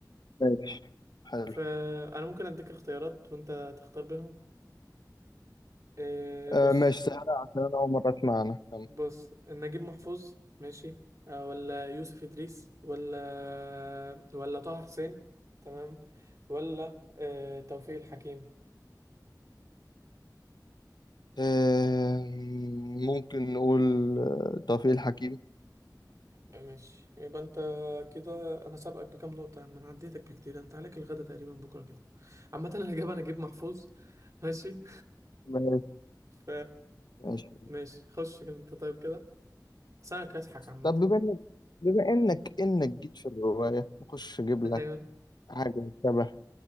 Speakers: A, on the left; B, on the right.
A: ماشي حلو
B: فانا ممكن اديك اختيارات وانت تختار بينهم إيه،
A: آه
B: بص
A: ماشي سهلة عشان انا اول مرة اسمع عنها كم
B: بص نجيب محفوظ ماشي آه، ولا يوسف إدريس ولا ولا طه حسين تمام ولا آه، توفيق الحكيم
A: آه ممكن نقول آه، توفيق الحكيم
B: آه، ماشي يبقى انت كده انا سابقك بكام نقطة ما انا عديتك بكتير انت عليك الغدا تقريبا بكرة كده عامة الإجابة نجيب محفوظ <laughs> ماشي
A: ماشي
B: ف
A: ماشي
B: ماشي خش كده انت طيب كده سنة كاسحك عامة
A: طب بما انك بما انك انك جيت في الرواية نخش اجيب
B: <laughs>
A: لك
B: ايوه
A: حاجة شبه